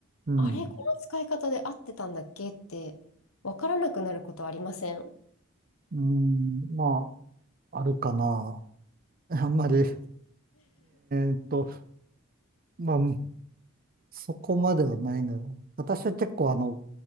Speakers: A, on the right (about 40°); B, on the left (about 75°).
A: うん。
B: あれ、この使い方で合ってたんだっけって、わからなくなることありません <laughs>
A: うん。まあ、あるかな。あんまり、えーっと、まあ、そこまではないの。私は結構あの、